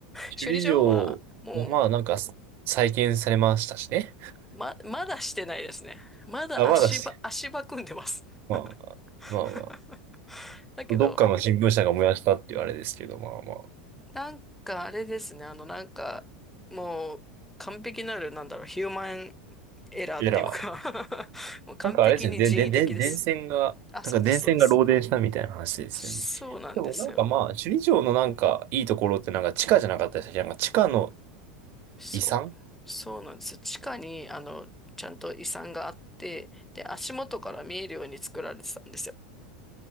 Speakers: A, on the right; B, in the centre.
A: 首里城はまあなんか再建されましたしね。
B: 修理場はもう、ま、まだしてないですね。まだ足場、
A: あ、まだして、
B: 足場組んでます。
A: まあ
B: <laughs>
A: まあまあま
B: だけど、
A: どっかの新聞社が燃やしたっていうあれですけど、まあまあ。
B: なんかあれですね、あのなんか、もう完璧なる、なんだろう、ヒューマンエラーっていうか
A: エラー。
B: <laughs> もう完璧に人為的です。
A: なんかあれですね、で、で、で、電線が、
B: あ、
A: なんか電線が漏電したみたいな話ですよね。
B: そうです、そうです。そうなんですよ。
A: でもなんかまあ、首里城のなんかいいところってなんか地下じゃなかったでしたっけなんか地下の
B: そう、
A: 遺産
B: そうなんですよ。地下に、あの、ちゃんと遺産があって、で、足元から見えるように作られてたんですよ。